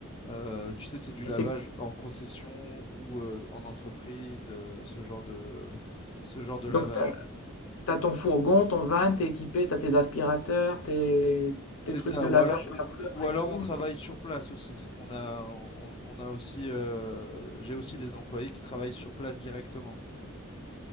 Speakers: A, on the left; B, on the left.
A: Euh, tu sais, c'est du
B: Et
A: lavage
B: c'est
A: en concession ou euh, en entreprise, euh, ce genre de, ce genre de
B: donc
A: lavage.
B: tu T'as ton fourgon, ton van, t'es équipé, t'as tes aspirateurs, tes,
A: C'est
B: tes trucs
A: ça.
B: de lavage
A: Ou alors,
B: de
A: ou,
B: la pleuve
A: ou alors,
B: et tout.
A: on travaille sur place aussi. On a, on, on a aussi, euh, j'ai aussi des employés qui travaillent sur place directement.